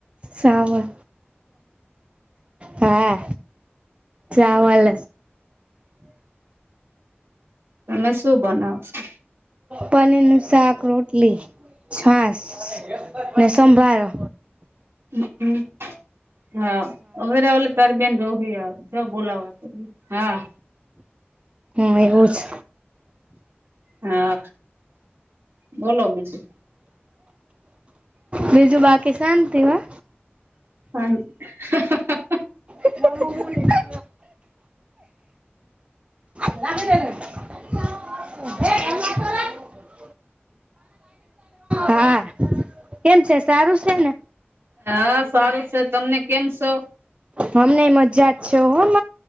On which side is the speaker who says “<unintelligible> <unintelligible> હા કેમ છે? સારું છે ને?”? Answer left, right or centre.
Right